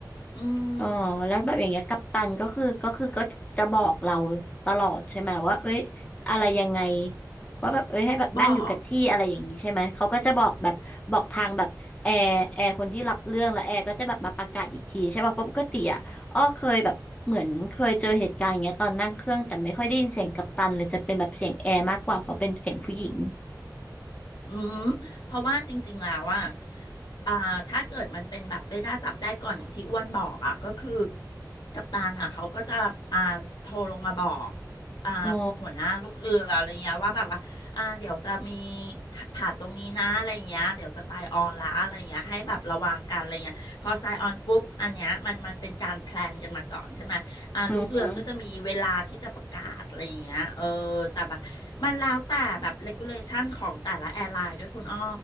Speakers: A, on the left; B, on the left.
A: อืม
B: อ๋อแล้วแบบอย่างเงี้ยกัปตันก็คือก็คือก็จะบอกเราตลอดใช่ไหมว่าเอ้ยอะไรยังไงว่าแบบเอ้ยให้แบบนั่งอยู่กับที่อะไรอย่างนี้ใช่ไหมเขาก็จะบอกแบบบอกทางแบบแอร์แอร์คนที่รับเรื่องแล้วแอร์ก็จะแบบมาประกาศอีกทีใช่ป่ะเพราะปกติอ่ะอ้อเคยแบบเหมือนเคยเจอเหตุการณ์อย่างเงี้ยตอนนั่งเครื่องแต่ไม่ค่อยได้ยินเสียงกัปตันเลยจะเป็นแบบเสียงแอร์มากกว่าเพราะเป็นเสียงผู้หญิง
A: บอก อืมเพราะว่าจริงๆ แล้วอ่ะอ่าถ้าเกิดมันเป็นแบบเรดาร์จับได้ก่อนอย่างที่อ้วนบอกอ่ะก็คือกัปตันอ่ะเขาก็จะอ่าโทรลงมาบอกอ่า
B: อ๋อ
A: หัวหน้าลูกเรืออะไรเงี้ยว่าแบบว่าอ่าเดี๋ยวจะมีผ่านตรงนี้นะอะไรเงี้ยเดี๋ยวจะไซน์ออนละอะไรเงี้ยให้แบบระวังกันอะไรเงี้ยพอไซน์ออนปุ๊บอันเนี้ยมันมันเป็นการแพลนกันมาก่อนใช่ไหม อ่าลูกเรือก็จะมีเวลาที่จะประกาศอะไรอย่างเงี้ยเออ
B: อือหือ
A: แต่แบบมันแล้วแต่แบบ regulation ของแต่ละแอร์ไลน์ด้วยคุณอ้อ